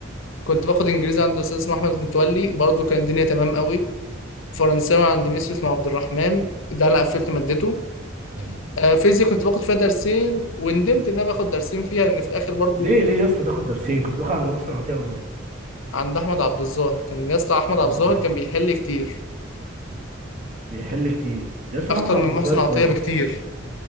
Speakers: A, on the left (about 75°); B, on the right (about 35°).
A: كنت باخد إنجليزي عند أستاذ اسمه أحمد متولي برضه كان الدنيا تمام قوي فرنساوي عند ميس يوسف عبد الرحمن ده أنا قفلت مادته
B: امم
A: آه، فيزياء كنت باخد فيها درسين وندمت إن أنا باخد درسين فيها لأن في الآخر برضه
B: ليه ليه يا اسطى تاخد درسين كنت باخد عند محسن عطيه ومين
A: عند احمد عبد الظاهر كان يا اسطى احمد
B: اه
A: عبد الظاهر
B: انا عارف
A: كان بيحل كتير
B: بيحل كتير يا اسطى
A: اكتر
B: احمد عبد
A: من محسن
B: الظاهر كويس
A: عطيه بكتير